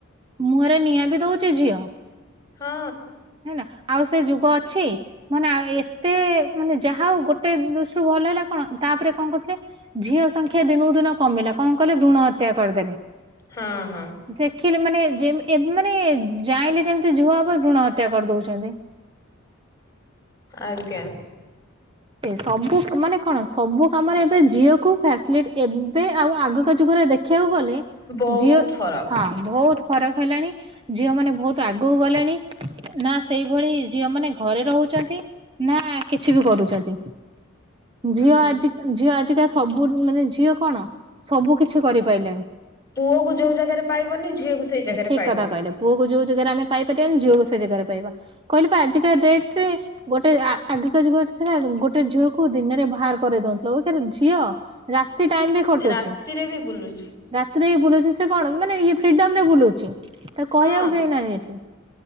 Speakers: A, on the right (about 25°); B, on the left (about 15°).
A: ମୁହଁରେ ନିଆଁ ବି ଦଉଚି ଝିଅ।
B: ହଁ।
A: ହେଲା ଆଉ ସେ ଯୁଗ ଅଛି ମାନେ ଆ-ଏତେ ମାନେ ଯାହା ହଉ ଗୋଟେ ଦୃଷ୍ଟିରୁୁ ଭଲ ହେଲା କଣ ତାପରେ କଣ କରୁଥିଲେ ଝିଅ ସଂଖ୍ୟା ଦିନକୁ ଦିନ କମିଲା କଣ କଲେ ଭୃଣ ହତ୍ୟା କରିଦେଲେ।
B: ହଁ- ହଁ।
A: ଦେଖିଲେ ମାନେ ଯେମି- ମାନେ ଯାଇଁଲେ ଯେମିତି ଝୁଅ ହବ ଭୃଣ ହତ୍ୟା କରିଦଉଚନ୍ତି।
B: ଆଜ୍ଞା।
A: ସବୁ ମାନେ କଣ ସବୁ କାମରେ ଏବେ ଝିଅକୁ ଫ୍ୟାସିଲିଟି ଏବେ ଆଉ ଆଗକା ଯୁଗରେ ଦେଖ୍ ଖିବାକୁ ଗଲେ
B: ବହୁତ
A: ଝିଅ
B: ଫରକ।
A: ହଁ ବହୁତ୍ ଫରକ୍ ହେଲାଣି ଝିଅ ମାନେ ବହୁତ୍ ଆଗକୁ ଗଲେଣି ନା ସେଇଭଳି ଝିଅ ମାନେ ଘରେ ରହୁଚନ୍ତି। ନା କିଛି ବି କରୁଚନ୍ତି। ଝିଅ
B: ହୁଁ
A: ଆଜି ଝିଅ ଆଜିକା ସବୁ ମାନେ ଝିଅ କଣ ସବୁ କିଛି କରିପାରିଲେଣି
B: ପୁଅକୁ ଯୋଉ ଜାଗାରେ ପାଇବନି ଝିଅକୁ ସେଇ ଜାଗାରେ
A: ଠିକ୍
B: ପାଇବ।
A: କଥା କହିଲେ। ପୁଅ କୁ ଯଉ ଜାଗାରେ ଆମେ ପାଇପାରିବାନି ଝିଅକୁ ସେଇ ଜାଗାରେ ପାଇବା। କହିଲି ପା ଆଜିକା ଡେଟ୍ ରେ ଗୋଟେ ଆ-ଆଗିକା ଯୁଗ ଥିଲା ଗୋଟେ ଝିଅକୁ ଦିନରେ ବାହାର କରେଇ ଦଉନଥିଲେ <unintelligible> ଝିଅ ରାତି ଟାଇମ୍ ବି ଖଟୁଚି।
B: ରାତିରେ ବି ବୁଲୁଛି
A: ରାତିରେ ବି ବୁଲୁଚି ସେ କଣ ମାନେ ଇଏ ଫ୍ରିଡମ୍ ରେ ବୁଲୁଚି ତାକୁ
B: ହଁ
A: କହିବାକୁ କେହି ନାହିଁ ଏଠି।